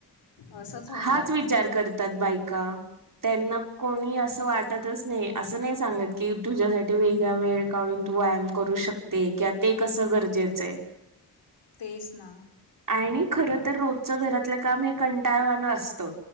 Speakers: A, on the left; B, on the right.
A: असंच होऊन
B: हाच
A: जात.
B: विचार करतात बायका त्यांना कोणी अस वाटतच नाही, असं नाही सांगत की तुझ्यासाठी वेगळा वेळ काढून तू व्यायाम करू शक ते की, ते कसं गरजेचंय?
A: तेच ना.
B: आणि खरं तर, रोजचं घरातलं काम हे कंटाळवाणं असतं.